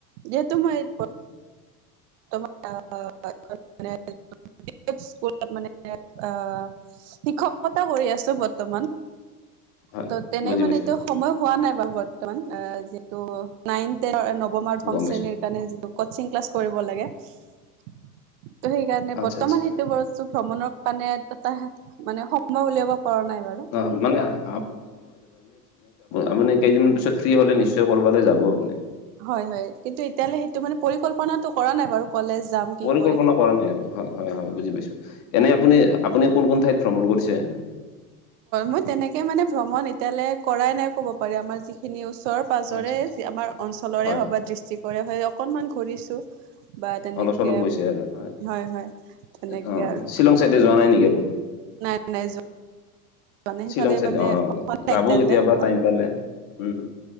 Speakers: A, on the right (about 55°); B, on the left (about 50°).
A: যিহেতু মই <unintelligible> স্কুলত মানে, আঁ শিক্ষকতা কৰি আছোঁ, বৰ্তমান।
B: হয়
A: ত' তেনে
B: বুজি
A: মানে,
B: পাইছো
A: এইটো সময় হোৱা নাই বাৰু বৰ্তমান। আঁ যিহেতু, নাইন-টেনৰ, নৱম আৰু দশম
B: গম পাইছো
A: শ্ৰেণীৰ কাৰণে, কচিং ক্লাছ কৰি হ'ব লাগে। সেইকাৰণে,
B: আচ্ছা
A: বৰ্তমান
B: আচ্ছা
A: সেইটো বস্তু ভ্ৰমণৰ কাৰণে, এটা মানে, সময় উলিয়াব পৰা নাই বাৰু।
B: অ'! মানে, <unintelligible> আপুনি কেইদিনমান পিছত, ফ্ৰী হ'লে নিশ্চয় কৰবালৈ যাব আপোনি?
A: হয়, হয়! কিন্তু, এতিয়ালে সেইটো মানে, পৰিকল্পনাটো কৰা নাই বাৰু। কলেজ যাম কি
B: পৰিকল্পনা
A: কৰিম
B: কৰা নাই এইটো, হয় হয় হয় বুজি পাইছো। এনেই আপুনি আপুনি কোন কোন ঠাইত ভ্ৰমণ কৰিছে?
A: মই তেনেকে মানে ভ্ৰমণ এতিয়ালৈ কৰাই নাই ক'ব পাৰি আমাৰ যিখিনি ওচৰত পাজৰে
B: আচ্ছা আচ্ছা
A: যি আমাৰ অঞ্চলৰে
B: হয়
A: হওক বা ডিষ্ট্ৰিকৰে হয় অকনমান ঘূৰিছো। বা তেনেকে
B: অলপ চলপ গৈছে আৰু
A: হয় হয়, তেনেকে
B: অ
A: আৰু।
B: শ্বিলং চাইতে যোৱা নাই নেকি আপোনি?
A: নাই নাই যোৱা। নাই
B: শ্বিলং
A: সিফালে
B: চাইদ
A: মানে
B: অ, যাব
A: এতিয়ালৈ
B: কেতিয়াবা
A: যোৱা
B: টাইম পালে। উম